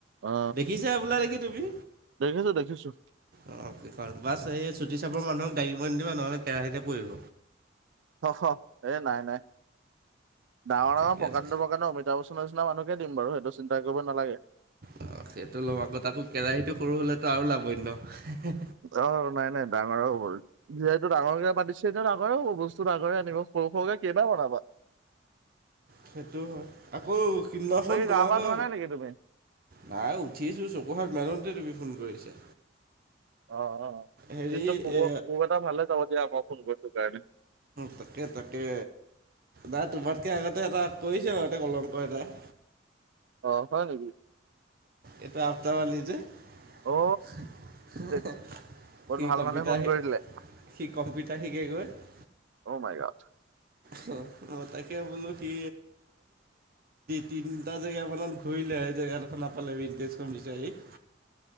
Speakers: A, on the right; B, on the right.
A: অ
B: দেখিছাই হবলা নেকি তুমি।
A: দেখিছো দেখিছো
B: অঁ কিখন বাছ এই চুটি চাবৰ মানুহক দাঙিব নিদিবা নহ'লে কেৰাহীতে পৰিব।
A: অ হ এ নাই নাই, ডাঙৰ
B: ঠিকে
A: ডাঙৰ প্ৰকাটো
B: আছে
A: প্ৰকাৰণে অমিতাভ বচ্চনৰ নিচিনা মানুহকে দিম বাৰু সেইটো চিন্তা কৰিব নালাগে।
B: অ সেইটো লম আগত আকৌ কেৰাহীটো সৰু হলেতো আৰু লাভ হয় ন।
A: অ নাই নাই ডাঙৰাও হ'ল। যিহেতু ডাঙৰকে পাতিছে এয়া ডাঙৰে বস্তু ডাঙৰে আনিব সৰু সৰুকে কেইবা বনাবা। <inaudible>
B: সেইটো হয় আকৌ সেইদিনাখন
A: বাকী
B: তোমাৰ
A: গা পা
B: ক
A: ধোৱা নাই নেকি তুমি
B: নাই উঠিছোঁ চকুহাত মেলোতে তুমি ফোন কৰিছা।
A: অ অ
B: হেৰি
A: দিনটো শুব
B: এ
A: খুব এটা ভালে যাব দিয়া মই ফোন কৰিছো কাৰণে।
B: তাকে তাকে। নাই তোমাতকে আগতে এটা কৰিছ বাৰুতে কলংক এটাই।
A: অ হয় নেকি?
B: এইটো আফতাবালি যে -
A: অ
B: সি কম্পিউটাৰ
A: ধেৎ,
B: শ
A: বহুত
B: সি
A: ভাল মানুহে ফোন কৰি
B: কম্পিউটাৰ
A: দিলে
B: শিকেগৈ -
A: অ মাই গট।
B: হে ম‌ই তাকে বোলো সি তিনিটা জেগা মানত ঘূৰিলে সেই জেগা দখ- নাপাল মিতদেচখন বিচাৰি -